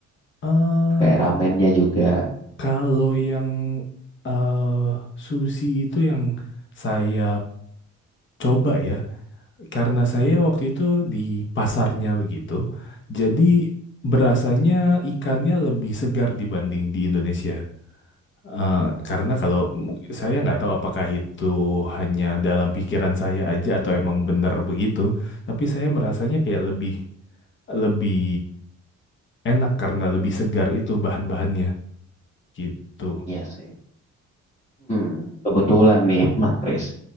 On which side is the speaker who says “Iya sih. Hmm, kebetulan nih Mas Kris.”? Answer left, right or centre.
Left